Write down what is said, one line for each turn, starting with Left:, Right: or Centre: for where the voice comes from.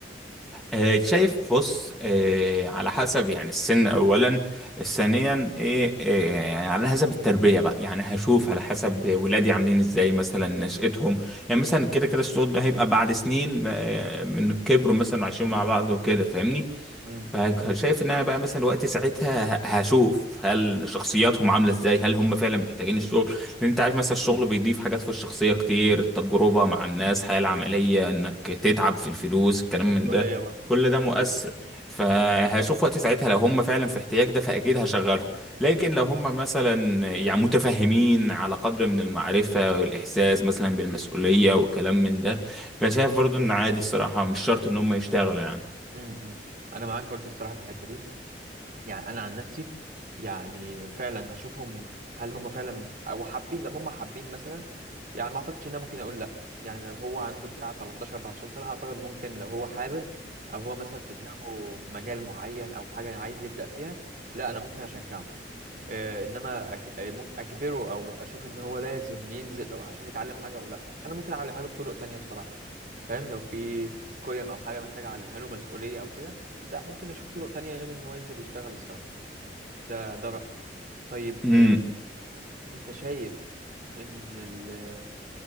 Centre: آه، شايف بص آه، على حسب يعني السن اولا ثانيا ايه آه، يعني على حسب التربيه بقى يعني هشوف على حسب ولادي عاملين ازاي مثلا نشأتهم يعني مثلا كده كده الشغل ده هيبقى بعد سنين آه، من كبروا مثلا وعايشين مع بعض وكده فاهمني
Right: مم.
Centre: فشايف ان انا بقى مثلا وقت ساعتها ه- هشوف هل شخصياتهم عامله ازاي هل هم فعلا محتاجين الشغل لان انت عارف مثلا الشغل بيضيف حاجات في الشخصيه كتير التجربه مع الناس الحياه العمليه انك تتعب في الفلوس الكلام
Right: مسؤولية
Centre: من ده
Right: برضه
Centre: كل ده مؤثر فهشوف وقت ساعتها لو هم فعلا في احتياج ده فاكيد هشغلهم لكن لو هم مثلا يعني متفهمين على قدر من المعرفه والاحساس مثلا بالمسؤوليه والكلام من ده فشايف برضو ان عادي الصراحه مش شرط ان هم يشتغلوا يعني
Right: امم انا معاك برضو الصراحه في الحته دي يعني انا عن نفسي يعني فعلا هشوفهم هل هم فعلا او حابين لو هم حابين مثلا يعني ما اعتقدش ان انا ممكن اقول لا يعني لو هو عنده بتاع 13 14 سنه اعتقد ممكن لو هو حابب او هو مثلا في دماغه مجال معين او حاجه عايز يبدا فيها لا انا ممكن اشجعه آه، انما أج- آه، ممكن اجبره او اشوف ان هو لازم ينزل او عشان يتعلم حاجه او لا انا ممكن اعلمها له بطرق تانية بصراحه فاهم لو في قيم او حاجه محتاج اعلمها له مسؤوليه او كده لا ممكن اشوف طرق تانية غير ان هو ينزل يشتغل الصراحه ده ده رايي طيب
Centre: امم
Right: آه، انت شايف ان ال-